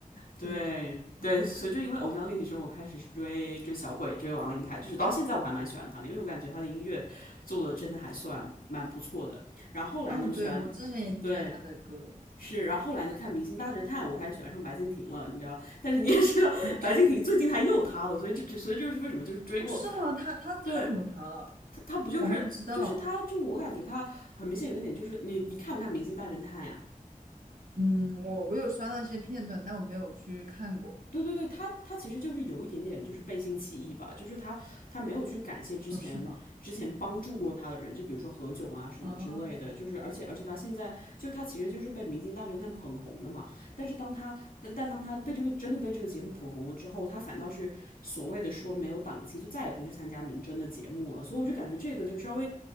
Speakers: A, on the left; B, on the right.
A: 对对，
B: 对对对对对，
A: 所以就因为《偶像练习生》，我开始追追小鬼，追王琳凯，就是到现在我还蛮喜欢他的，因为我感觉他的音乐做的真的还算蛮不错的。然后后来呢，
B: 嗯，
A: 我喜欢
B: 对，我之前也挺喜欢他的歌。
A: 对。是，然后后来呢，看《明星大侦探》，我开始喜欢上白敬亭了，你知道？但是你也知道，
B: 哦，
A: 白敬亭最近他又塌了，所以这这，所以就是为什么就是追过，
B: 哦是吗？他他他怎么塌了？
A: 对他他不就是就是他就我感觉他很明显有一个点就是你你看不看《明星大侦探》呀、
B: 我还不知道。嗯，我我有刷到一些片段，但我没有去看过。
A: 对对对，他他其实就是有一点点就是背信弃义吧，就是他他没有去感谢之前之前帮助过他的人，
B: 哦，是吗？
A: 就比如说何炅啊什么之类的，
B: 哦，
A: 就是而且而且他现在就他其实就是被《明星大侦探》捧红的嘛，但是当他但但当他被这个真的被这个节目捧红了之后，他反倒是所谓的说没有档期，就再也不去参加明侦的节目了，所以我就感觉这个就稍微